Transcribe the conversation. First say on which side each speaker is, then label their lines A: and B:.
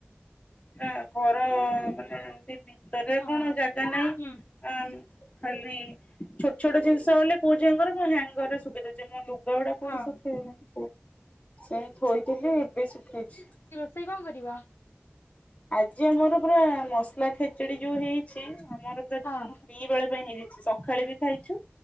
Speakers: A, on the left; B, on the left.
A: ଆ ଘର ମାନେ ଏମତି ଭିତରେ
B: ହଁ
A: କଣ ଜାଗା ନାହିଁ।
B: ହୁଁ
A: ଆଁ ଖାଲି ଛୋଟ ଛୋଟ ଜିନିଷ ହେଲେ ପୁଅ ଝିଅଙ୍କର ମୁଁ ହ୍ୟାଙ୍ଗରେ ଶୁଖେଇ ଦଉଛି ମୋ ଲୁ ଲୁଗା କୋଉଠି
B: ହଁ
A: ଶୁଖେଇବି ସେନ୍ତି ଥୋଇଥିଲି ଏବେ ଶୁଖେଇଛି।
B: ସେଇ କଣ କରିବ।
A: ଆଜି ଆମର ପୁରା ମସଲା ଖେଚୁଡି ଯୋଉ ହେଇଛି ଆମର ପୁରା ଦିବେଳ
B: ହଁ
A: ପାଇଁ ହେଇଯାଇଛି। ସକାଳେ ବି ଖାଇଛୁ